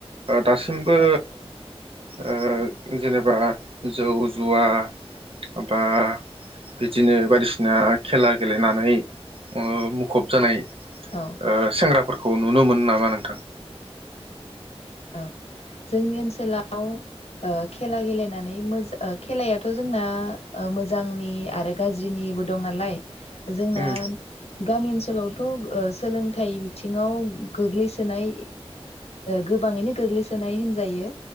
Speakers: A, on the right; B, on the left.
A: दासिमबो
B: औ
A: ओ जेनेबा जौ जुवा बा बिदिनो बायदिसिना खेला गेलेनानै ओम खुब जानाय
B: औ
A: ओ सेंग्रा फोरफोरखौ नुनो मोनो नामा नोंथां
B: औ जोंनि ओनसोलाव ओं खेला गेलेनानै मोजा खेलायाथ' जोंना मोजांनि आरो गाज्रिनिबो दं नालाय जोंना
A: उम
B: गामि ओनसोलावथ' सोलोंथाइ बिथिङाव गोग्लैसोनाय ओ गोबाङैनो गोग्लैसोनाय होनजायो